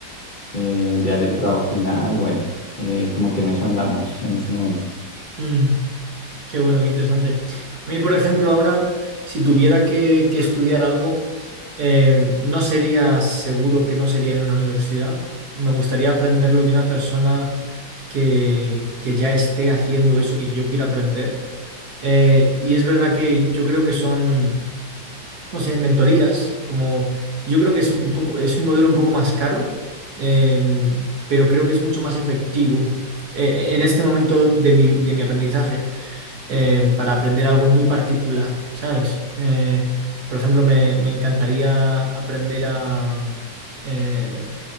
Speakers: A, on the left; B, on the right.
A: eh, enviar el trabajo final, bueno, eh, como que en eso andamos en este momento.
B: Mm, qué bueno, qué interesante. A mí, por ejemplo, ahora, si tuviera que, que estudiar algo, eh, no sería seguro que no sería en una universidad. Me gustaría aprenderlo de una persona que, que ya esté haciendo eso que yo quiero aprender. Eh, y es verdad que yo creo que son... no sé, mentorías, como yo creo que es un poco, es un modelo un poco más caro, eh, pero creo que es mucho más efectivo. Eh, en este momento de mi, de mi aprendizaje, eh, para aprender algo muy particular, ¿sabes? Eh, por ejemplo, me, me encantaría aprender a, eh,